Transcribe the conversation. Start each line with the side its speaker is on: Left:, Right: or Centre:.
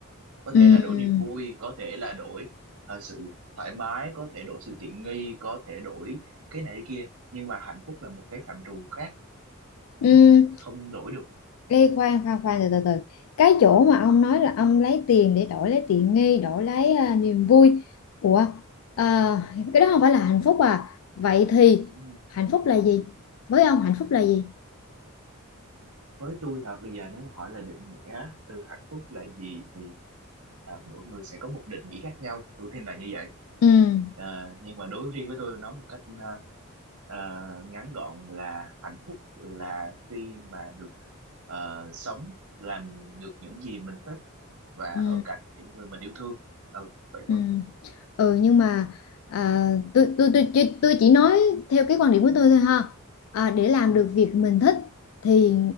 Right: có
Left: ừ,
Right: thể là đổi niềm vui có thể là đổi ờ, sự thoải mái có thể đổi sự tiện nghi có thể đổi cái này cái kia nhưng mà hạnh phúc là một cái phạm trù khác
Left: ừ.
Right: Ừ, không đổi được
Left: Ê, khoan khoan khoan từ từ từ cái chỗ mà ông nói là ông lấy tiền để đổi lấy tiện nghi đổi lấy à, niềm vui ủa à, cái đó không phải là hạnh phúc à vậy thì
Right: Ừ,
Left: hạnh phúc là gì với ông hạnh phúc là gì
Right: với tôi là bây giờ nếu mà hỏi là định nghĩa từ hạnh phúc là gì thì à, mỗi người sẽ có một định nghĩa khác nhau tôi tin là như vậy
Left: ừ
Right: Ờ, nhưng mà đối riêng với tôi nói một cách ờ, ờ, ngắn gọn là hạnh phúc là khi mà được ờ, sống làm được những gì mình thích và
Left: ừ
Right: ở cạnh những người mình yêu thương ừ, vậy
Left: ừ
Right: thôi
Left: ừ nhưng mà à, tôi, tôi tôi tôi tôi chỉ nói theo cái quan điểm của tôi thôi ha à, để làm
Right: ừ,
Left: được việc mình thích thì